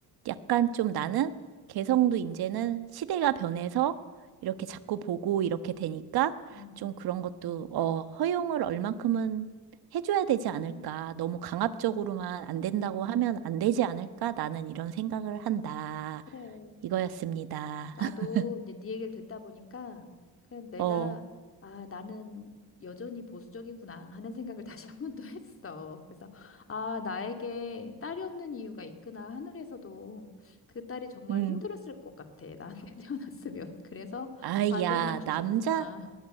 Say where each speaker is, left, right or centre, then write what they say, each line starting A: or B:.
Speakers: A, on the right (about 70°); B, on the left (about 35°).
A: 약간 좀 나는 개성도 이제는 시대가 변해서 이렇게 자꾸 보고 이렇게 되니까
B: 음,
A: 좀 그런 것도, 어, 허용을 얼만큼은 해줘야 되지 않을까.
B: 음,
A: 너무 강압적으로만 안 된다고
B: 음.
A: 하면 안 되지 않을까. 나는 이런 생각을 한다.
B: 그래.
A: 이거였습니다.
B: 나도
A: <laughs>
B: 이제 네 얘기를 듣다 보니까 그래 내가
A: 어,
B: 아 나는 여전히 보수적이구나 하는 생각을 <laughs> 다시 한 번 또 했어. 그래서 아 나에게 딸이 없는 이유가 있구나 하늘에서도 그 딸이 정말
A: 음.
B: 힘들었을 것 같아 나한테 <laughs> 태어났으면 그래서
A: 아이,
B: 아들만
A: 야,
B: 주셨구나.
A: 남자,